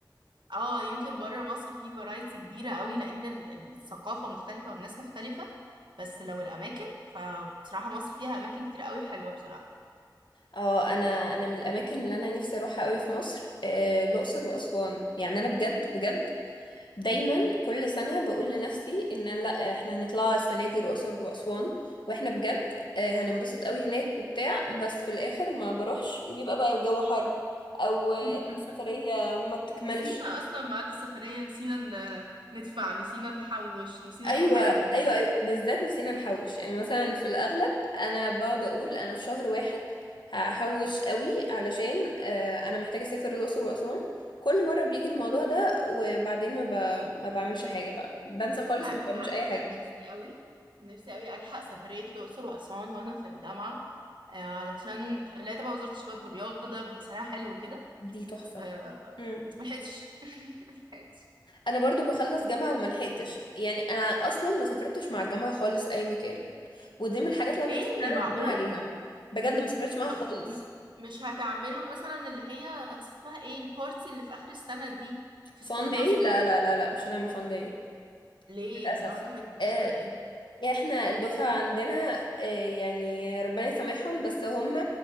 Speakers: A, on the right; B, on the left.
A: اه يمكن بره مصر في فرايتي كبيرة قوي لأن ال- الثقافة مختلفة والناس مختلفة بس لو الأماكن فبصراحة مصر فيها أماكن كتير قوي حلوة بصراحة
B: اه انا انا من الاماكن اللي انا نفسي اروحها قوي في مصر آه، الاقصر واسوان يعني انا بجد بجد دايما كل سنه بقول لنفسي ان أنا لا احنا هنطلع السنه دي الاقصر واسوان واحنا بجد آه، هننبسط قوي هناك وبتاع بس في الاخر ما بروحش بيبقى بقى الجو حر او آه،
A: <laughs>
B: السفريه ما بتكملش
A: نسينا أصلا ميعاد السفرية نسينا ن- ندفع نسينا نحوش نسينا
B: ايوه
A: أي حاجة
B: ايوه ايوه بالذات نسينا نحوش يعني مثلا في الاغلب انا بقعد اقول انا في شهر واحد هحوش قوي علشان آه، انا محتاجه اسافر الاقصر واسوان كل مره بيجي الموضوع ده وبعدين ما, ب... ما بعملش حاجه بقى بنسى خالص
A: ع-
B: ما بعملش
A: عارفة
B: اي حاجه
A: كان نفسي قوي كان نفسي قوي ألحق سفرية الأقصر وأسوان وأنا في الجامعة آه، علشان لا تبع وزارة الشباب والرياضة بيبقى سعرها حلو وكده
B: دي تحفه
A: آه،
B: مم.
A: بس ملحقتش <laughs> ملحقتش
B: انا برضو بخلص جامعه وما لحقتش يعني انا اصلا ما سافرتش مع الجامعه خالص اي مكان ودي من الحاجات اللي انا
A: ليه
B: حاسه ان انا
A: معقول
B: ندمان عليها بجد ما سافرتش معاها
A: طب
B: خالص
A: م- مش هتعملوا مثلا اللي هي اسمها ايه البارتي اللي في آخر السنة دي في
B: فان
A: السخنة
B: داي
A: مثلا
B: لا
A: حاجة كده؟
B: لا لا لا مش هنعمل فان داي
A: ليه
B: للأسف
A: يعني هو انتوا نكدين
B: آه،
A: ولا ايه
B: يعني احنا الدفعة عندنا آه، يعني ربنا يسامحهم بس هم